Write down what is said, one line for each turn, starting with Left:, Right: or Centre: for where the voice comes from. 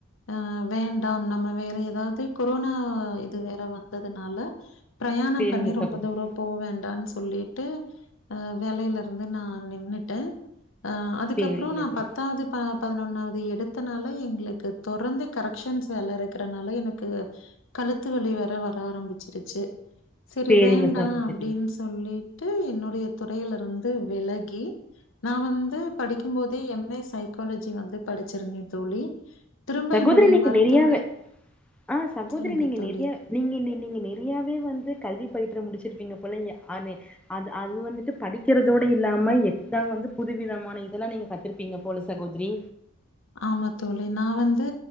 Left: ஆ வேண்டாம் நம்ம வேற ஏதாவது கோ கொரோனா இது வேற வந்ததுனால பிரயாணம்
Centre: சேரிங்க
Left: பண்ணி ரொம்ப
Centre: சகோதரி
Left: தூரம் போ வேண்டான்னு சொல்லிட்டு அ வேலையில இருந்து நா நின்னுட்டே அ அதுக்கப்புறம்
Centre: சேரிங்க
Left: நா
Centre: ச
Left: பத்தாவது ப பதினொன்னாவது எடுத்தனால எங்களுக்கு தொடர்ந்து கரெக்க்ஷன்ஸ் வேல இருக்கிறனால எனக்கு கழுத்து வலி வேற வர ஆரம்பிச்சிருச்சு சரி
Centre: சேரிங்க
Left: வேண்டா
Centre: சகோதரி
Left: அப்படின் சொல்லிட்டு என்னுடைய துறையில இருந்து விலகி நா வந்து படிக்கும் போதே எம் ஏ சைக்காலஜி வந்து படிச்சிருந்தேன் தோழி திரும்ப
Centre: சகோதரி
Left: என்னுடைய
Centre: நீங்க
Left: மருத்துவ
Centre: நெறையாவே ஆ சகோதரி
Left: சொல்லுங்க
Centre: நீங்க
Left: தோழி.
Centre: நெறயா நீங்கள் நீ நீங்கள் நெறயாவே வந்து கல்வி <unintelligible> முடிச்சிருப்பீங்க போல இங்க அ அது அது வந்துட்டு படிக்கிறதோட இல்லாம எக்ஸாம் வந்து புதுவிதமான இதெல்லா நீங்க கத்துரு மாட்டீங்க போல சகோதரி
Left: ஆமா தோழி நா வந்து